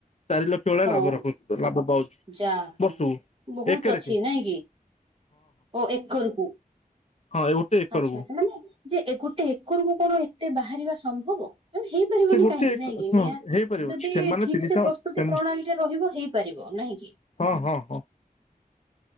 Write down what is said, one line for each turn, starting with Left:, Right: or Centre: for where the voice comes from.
Left: ଚାରି ଲ ଚଳେ
Right: ହଁ।
Left: ଲାଭ ରଖୁଚୁ ଲାଭ ପାଉଛୁ
Right: ଯା ହଉ
Left: ବର୍ଷୁକୁ
Right: ବହୁତ
Left: ଏକେରେକେ।
Right: ଅଛି ନାଇଁ କି ଓ ଏକ ରୁପୁ।
Left: ହଁ ଏ ଗୋଟେ ଏକରକୁ।
Right: ଆଛା ଆଚ୍ଛା ମାନେ ଯେ ଗୋଟେ ଏକରକୁୁ କଣ ଏତେ ବାହାରିବା ସମ୍ଭବ। ମାନେ ହେଇପାରିବନି
Left: ସେ ଗୋଟେ
Right: କାହିଁକି
Left: ଏକ
Right: ନାଇଁକି
Left: ଶୁଣ
Right: ନିଆଁ
Left: ହେଇପାରିବ
Right: ଯଦି
Left: ସେମାନେ
Right: ଠିକ୍
Left: ତିନିଶହ
Right: ସେ ପ୍ରସ୍ତୁତି
Left: ସେମ୍
Right: ପ୍ରଣାଳୀରେ ରହିବ ହେଇପାରିବ ନାହିଁ କିି।
Left: ହଁ ହଁ ହଁ।